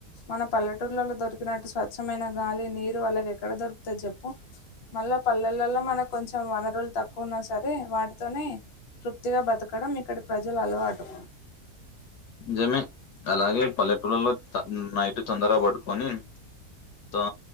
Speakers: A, on the left; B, on the left.
A: మన పల్లెటూర్లలో దొరికినట్టు స్వచ్ఛమైన గాలి నీరు వాళ్లాగ ఎక్కడ దొరుకుత చెప్పు మళ్ళా పల్లెలలో మనకు కొంచెం వనరులు తక్కువ ఉన్నా సరే వాటితోనే తృప్తిగా బతకడం ఇక్కడి ప్రజల అలవాటు.
B: నిజమే అలాగే పల్లెటూళ్లలో త నైట్ తొందరగా పడుకొని త